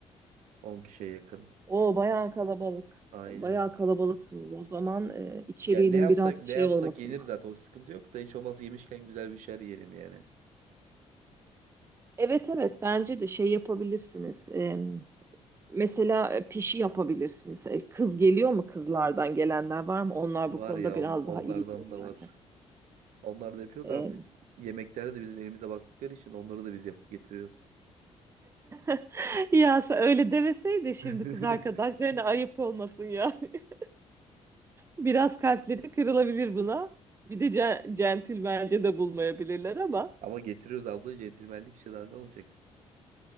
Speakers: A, on the right (about 80°); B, on the right (about 20°).
A: 10 kişiye yakın.
B: O bayağı kalabalık.
A: Aynen.
B: Bayağı kalabalıksınız. O zaman e, içeriğinin
A: Ya ne yapsak
B: biraz
A: ne
B: şey
A: yapsak
B: olması
A: yenir zaten o sıkıntı yok da hiç olmazsa yemişken güzel bir şeyler yiyelim yani.
B: Evet evet bence de şey yapabilirsiniz. Ee, mesela e, pişi yapabilirsiniz. Ee, kız geliyor mu kızlardan gelenler var mı? Onlar
A: Var
B: bu konuda
A: ya
B: biraz
A: on, onlardan
B: daha iyidir yani.
A: da var. Onlar da yapıyor
B: Ee,
A: da artık yemeklerde de bizim elimize baktıkları için onları da biz yapıp getiriyoruz.
B: <laughs> Ya sen öyle demeseydi şimdi
A: <laughs>
B: kız arkadaşlarına ayıp olmasın yani. <laughs> Biraz kalpleri kırılabilir buna. Bir de ce- centilmence de bulmayabilirler ama.
A: Ama getiriyoruz abla centilmenlik işte daha ne olacak?